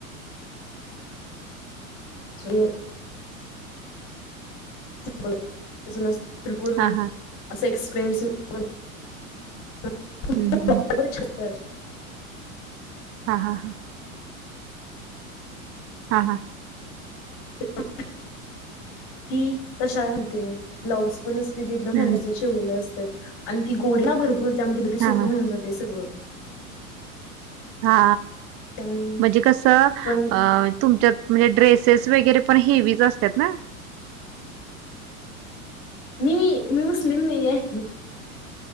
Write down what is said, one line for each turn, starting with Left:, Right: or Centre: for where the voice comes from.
Left: सडेल िरुल
Right: हा हा
Left: <unintelligible> असं एक्सपिरियन्स <unintelligible>
Right: हम् हम हम
Left: त्वरित छत कर.
Right: हा हा हा हा हा
Left: <inaudible> कि तशा घालते, ब्लाउज पण असते जे एकदा
Right: हम्म
Left: घालायचे शिवलेले असतात आणि ती गोरी ना भरपूर त्यामुळे तिला सूट
Right: हा हा
Left: होऊन जाते सगळं
Right: हा
Left: त्यामुळे
Right: म्हणजे कसं
Left: पण
Right: अ तुमच्यात म्हणजे ड्रेसेस वगैरे पण हेवीच असतात ना.
Left: मी, मी मुस्लिम नाही आहे.